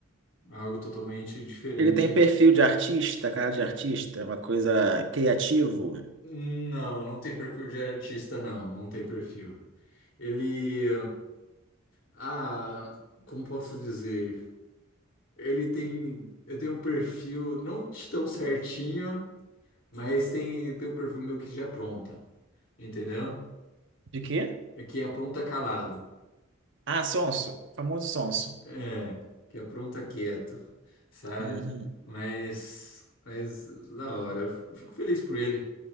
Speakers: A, on the left; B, on the right.
A: Algo totalmente diferente.
B: Ele tem perfil de artista, cara de artista, uma coisa criativo.
A: Não, não tem perfil de artista, não. Não tem perfil. Ele. Ah, como posso dizer? Ele tem, eu tenho um perfil não de tão certinho, mas tem, tem um perfil meu que já apronta, entendeu?
B: De quê?
A: É que apronta calado,
B: Ah, sonso, famoso sonso.
A: é, que apronta quieto, sabe?
B: Uhum.
A: Mas, mas da hora, eu fico, fico feliz por ele,